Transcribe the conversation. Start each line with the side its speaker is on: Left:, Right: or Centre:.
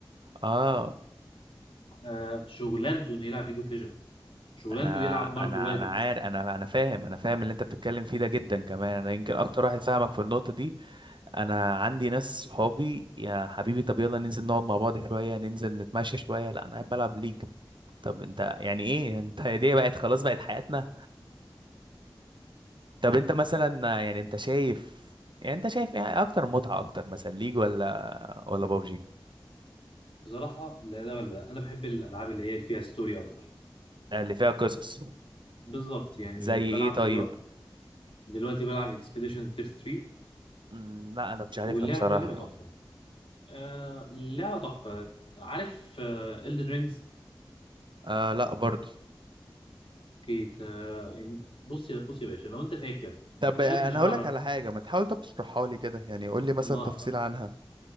Right: اه
Left: آه شغلانته انه يلعب ليج اوف ليجندز شغلانته
Right: انا
Left: يلعب مارفل
Right: انا
Left: رايفلز
Right: انا عارف انا انا فاهم انا فاهم اللي انت بتتكلم فيه ده جدا كمان انا يمكن اكتر واحد فاهمك في النقطه دي انا عندي ناس صحابي يا حبيبي طب يلا ننزل نقعد مع بعض شويه ننزل نتمشى شويه لا انا قاعد بلعب ليج طب انت يعني ايه انت هي دي بقت خلاص بقت حياتنا طب انت مثلا يعني انت شايف يعني انت شايف ايه اكتر متعة اكتر مثلا ليج ولا ولا بابجي
Left: بصراحة لا ده ولا ده أنا بحب الألعاب اللي هي اللي فيها ستوري أكتر
Right: اللي فيها قصص
Left: بالظبط يعني
Right: زي
Left: بلعب
Right: ايه طيب
Left: دلوقتي دلوقتي بلعب اكسبيديشن تير 3
Right: مم، لا انا مش عارفها
Left: واللعبة
Right: بصراحة
Left: لعبة تحفة آه لعبة تحفة عارف آه إلدن رينجز
Right: آه لا برضه
Left: كيت آه إن- بص يا بص يا باشا لو أنت فاكر
Right: طب
Left: شد
Right: انا
Left: شعرك
Right: هقول لك على حاجه ما تحاول طب تشرحها لي كده يعني قول لي مثلا
Left: ما
Right: تفصيل عنها